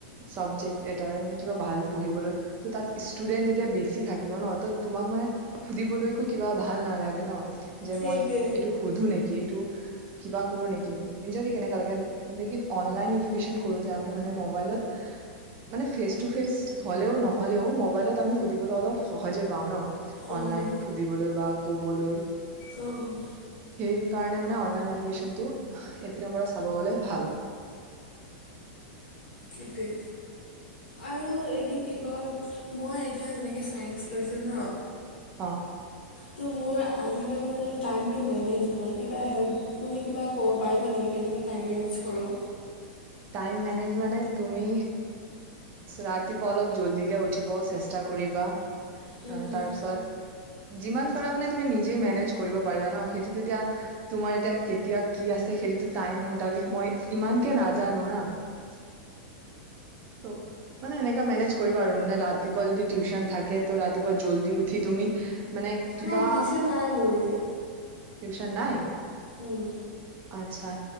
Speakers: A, on the right (about 35°); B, on the left (about 75°).
A: চাবজেক্ট এটা ভাল পঢ়বলৈ তাত ষ্টুডেন্ত বেছি যেতিয়া বেছি থাকিব ন তোমাক মানে সুধিবলৈকো কিবা ভাল নালাগে ন। যে
B: সেইটোৱে
A: মই এইটোক সোধো নেকি। এইটো কিবা কৰো নেকি নিজেকে কেনেকা লাগে লেকিন অনলাইন এডুকেচন কৰোতে আমি মানে মবাইলত মানে ফেচ টু ফেচ হলেও নহলেও মবাইলত আমি সুধিবলৈ অলপ সহজে পাও ন।
B: উম
A: অনলাইন শুধিবলৈ বা কবলৈ।
B: অ'।
A: সেই কাৰণে মানে অনলাইন এডুকেচনটো এপিনৰ পৰা চাব গলে ভাল।
B: সেইটোৱেই আৰু এইটো কি কয় মই এতিয়া যেনেকৈ ছাইন্ঞ্চ লৈছোঁ ন
A: অ'।
B: ত' মোৰ আজিকালি মানে টাইমটো মেনেজ নহয় কিবা হেল্প মানে কিবা ক'ব পাৰিবা নেকি কেনেকৈ টাইম মেনেজ কৰোঁ।
A: টাইম মেনেজ মানে তুমি ৰাতিপুৱা অলপ জল্দিকে উঠিব চেষ্টা কৰিবা।
B: উম
A: অ তাৰ পিছত যিমান পাৰা মানে তুমি নিজে মেনেজ কৰিব পাৰিবা ন সেইটোতো এতিয়া তোমাৰ এতিয়া কেতিয়া কি আছে সেইটোতো টাইম মতাবিক মই ইমানকে নাজা <unintelligible> তও মানে এনেকা মেনেজ কৰিবা আৰু মানে ৰাতিপুৱা যদি টিউচন থাকে ত ৰাতিপুৱা জল্দি উঠি তুমি মানে কিবা
B: না টিউচন নাই মোৰ এতিয়া
A: টিউচন নাই
B: উম
A: আচ্ছা